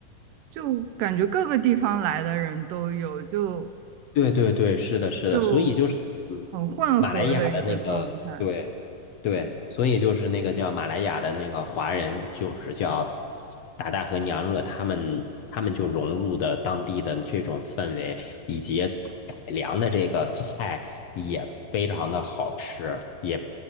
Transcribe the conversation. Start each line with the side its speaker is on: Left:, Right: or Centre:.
Right: 就感觉各个地方来的人都有，就
Left: 对对对，是的，是的，
Right: 就
Left: 所以就是嗯
Right: 很混合的一个状态。
Left: 马来亚的那个，对对，所以就是那个叫马来亚的那个华人，就是叫达达和娘惹，他们他们就融入的当地的这种氛围，以及改良的这个菜也非常的好吃，也